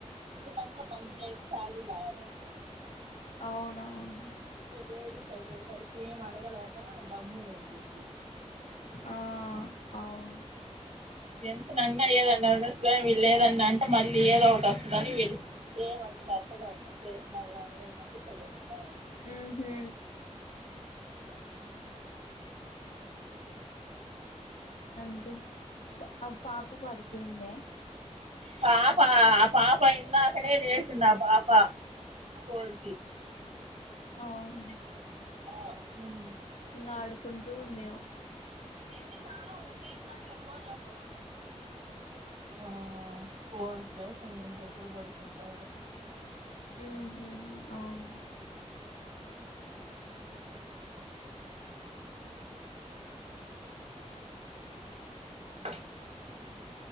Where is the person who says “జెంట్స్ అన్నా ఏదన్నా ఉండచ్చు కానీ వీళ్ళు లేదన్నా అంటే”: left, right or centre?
Right